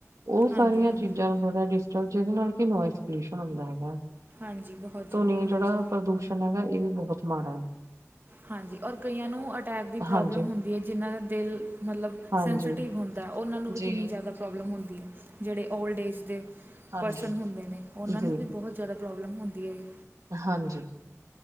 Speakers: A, on the right (about 85°); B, on the right (about 40°).
A: ਉਹ
B: ਹਾਂਜੀ
A: ਸਾਰੀਆਂ
B: ਹਾਂਜੀ
A: ਚੀਜ਼ਾਂ ਨੂੰ ਬੜਾ ਡਿਸਟਰਬ, ਜਿਹਦੇ ਨਾਲ ਕਿ ਨੋਇਸ ਪੋਲਿਊਸ਼ਨ ਹੁੰਦਾ ਹੈਗਾ।
B: ਹਾਂਜੀ ਬਹੁਤ
A: ਧੁਨੀ
B: ਜ਼ਿਆਦਾ ਹਾਂਜੀ
A: ਜਿਹੜਾ ਪ੍ਰਦੂਸ਼ਣ ਹੈਗਾ, ਇਹ ਵੀ ਬਹੁਤ ਮਾੜਾ ਐ।
B: ਹਾਂਜੀ, ਔਰ ਕਈਆਂ ਨੂੰ ਅਟੈਕ ਦੀ ਪ੍ਰੋਬਲਮ
A: ਹਾਂਜੀ
B: ਹੁੰਦੀ ਐ, ਜਿਹਨ੍ਹਾਂ ਦਾ ਦਿਲ ਮਤਲਬ
A: ਹਾਂਜੀ
B: ਸੈਂਸਟਿਵ ਹੁੰਦਾ, ਉਹਨਾਂ ਨੂੰ ਵੀ
A: ਜੀ
B: ਕਿੰਨੀ ਜ਼ਿਆਦਾ ਪ੍ਰੋਬਲਮ ਹੁੰਦੀ ਐ, ਜਿਹੜੇ ਓਲਡ ਏਜ ਦੇ
A: ਹਾਂਜੀ
B: ਪਰਸਨ ਹੁੰਦੇ ਨੇ, ਉਹਨਾਂ
A: ਜੀ
B: ਨੂੰ ਵੀ ਬਹੁਤ ਜ਼ਿਆਦਾ ਪ੍ਰੋਬਲਮ ਹੁੰਦੀ ਐ, ਜ
A: ਹਾਂਜੀ,